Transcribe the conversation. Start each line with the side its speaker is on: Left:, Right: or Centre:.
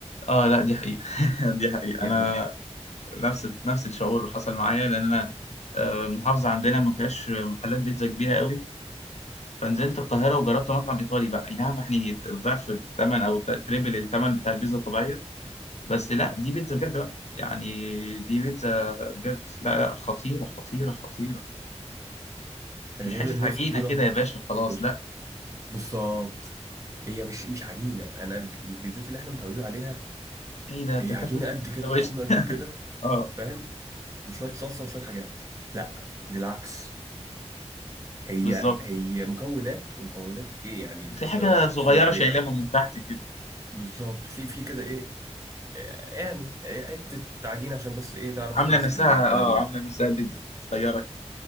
Left: اه لا دي حقيقة <laughs> دي حقيقة
Right: يعني
Left: انا نفس نفس الشعور حصل معايا لان انا آه، المحافظة عندنا ما فيهاش محلات بيتزا كبيرة قوي فنزلت القاهرة وجربت مطعم ايطالي بقى اي نعم يعني ضعف الثمن او ت- تريبل الثمن بتاع البيتزا الطبيعية بس لا دي بيتزا بجد بقى يعني دي بيتزا بجد لا لا خطيرة خطيرة خطيرة
Right: غير
Left: مش حتة
Right: انها
Left: عجينة
Right: خطيره
Left: كده يا باشا وخلاص
Right: بص
Left: لا
Right: بالظبط هي مش مش عجينه انا ال- البيتزات اللي احنا متعودين عليها
Left: ايه ده
Right: هي
Left: انت بتاكل
Right: عجينه قد كده
Left: سندوتش
Right: تخنه قد
Left: <laughs>
Right: كده
Left: اه
Right: فاهم وشويه صلصه وشويه حاجات لا دي العكس هي
Left: بالظبط
Right: هي مكونات ومكونات ايه يعني تحس
Left: وفي حاجة
Right: ان احنا صارفين
Left: صغيرة
Right: عليها
Left: شايلاهم من تحت كده
Right: بالظبط في في كده ايه يعني حتة تعجين عشان بس ايه تعرف
Left: عامله
Right: تمسك
Left: نفسها
Right: الكلام
Left: اه
Right: ده
Left: عامله نفسها بيتزا كده صغيره كده